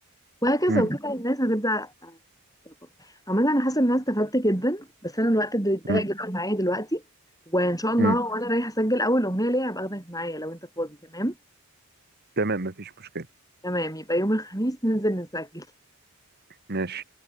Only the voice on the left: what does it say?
وهكذا
وكده الناس هتبدا آه، تعجبك. عموما انا حاسه ان انا استفدت جدا بس انا الوقت بيتضايق
جدا معايا دلوقتي وان شاء الله
وانا رايحه اسجل اول اغنيه ليا هبقى اخدك معايا لو انت فاضي تمام
تمام يبقى يوم الخميس ننزل نسجل